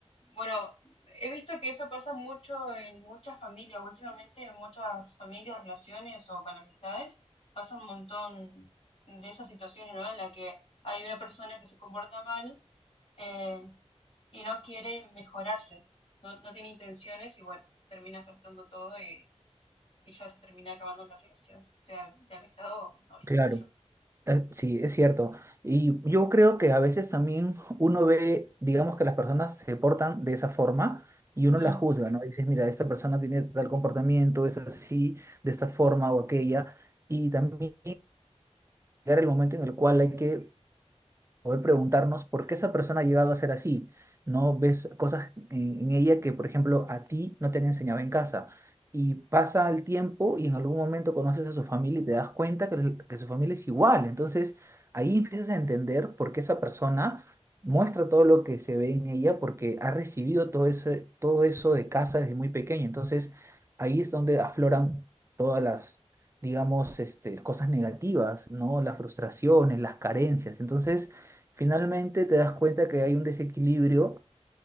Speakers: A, on the left; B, on the right.
A: Bueno, he visto que eso pasa mucho en muchas familias, últimamente en muchas familias, relaciones o con amistades, pasa un montón de esas situaciones, ¿no? En la que hay una persona que se comporta mal eh, y no quiere mejorarse, no, no tiene intenciones y bueno, termina afectando todo y, y ya se termina acabando la relación, sea de amistad o novios,
B: Claro.
A: qué sé yo.
B: Eh, Sí, es cierto. Y yo creo que a veces también uno ve, digamos que las personas se portan de esa forma y uno
A: Mm.
B: la juzga, ¿no? Dices, mira, esta persona tiene tal comportamiento, es así, de esta forma o aquella. Y también llegar el momento en el cual hay que poder preguntarnos por qué esa persona ha llegado a ser así, ¿no? Ves cosas en, en ella que, por ejemplo, a ti no te han enseñado en casa. Y pasa el tiempo y en algún momento conoces a su familia y te das cuenta que, el- que su familia es igual. Entonces, ahí empiezas a entender por qué esa persona muestra todo lo que se ve en ella porque ha recibido todo eso, todo eso de casa desde muy pequeño. Entonces, ahí es donde afloran todas las, digamos, este, cosas negativas, ¿no? Las frustraciones, las carencias. Entonces, Finalmente te das cuenta que hay un desequilibrio,